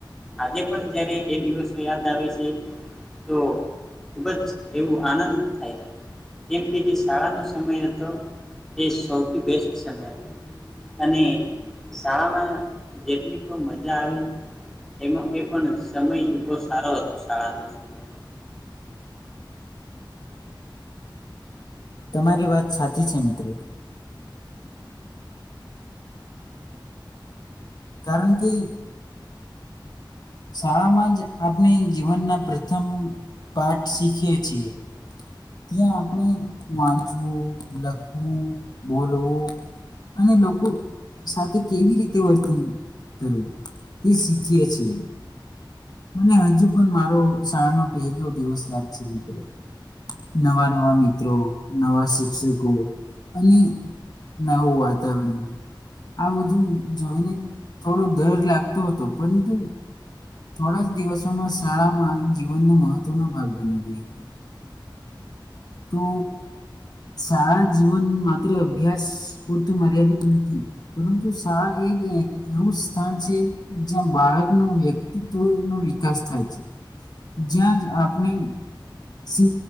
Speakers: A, in the centre; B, on the left.
A: આજે પણ જ્યારે એ દિવસો યાદ આવે છે તો ખૂબ જ એવું આનંદ થાય છે કેમ કે જે. શાળાનો સમય હતો એ સૌથી બેસ્ટ સમય હતો અને શાળામાં જેટલી પણ મજા આવી એમાં એ પણ સમય બહુ સારો હતો શાળાનો સમય.
B: તમારી વાત સાચી છે મિત્રો. કારણ કે. શાળામાં જ આપણે જીવનના પ્રથમ પાઠ શીખીએ છીએ ત્યાં આપણે વાંચવું લખવું બોલવું અને લોકો સાથે કેવી રીતે વર્કિંગ કરવું તે શીખીએ છેીએ. મને હજુ પણ મારો શાળાનો પહેલો દિવસ યાદ છે મિત્ર નવા નવા મિત્રો નવા શિક્ષકો અને નવું વાતાવરણ આ બધું જોઈને થોડો ડર લાગતો હતો પરંતુ. થોડા જ દિવસોમાં શાળા મારું જીવનનો મહત્ત્વનો ભાગ બની ગઈ હતો. તો શાળા જીવન માત્ર અભ્યાસ પૂરતું મર્યાદિત નથી પરંતુ શાળા એક એવું સ્થાન છે જ્યાં બાળક ન વ્યક્તિત્વ નો વિકાસ થાય છે જ્યાં જ આપણે શ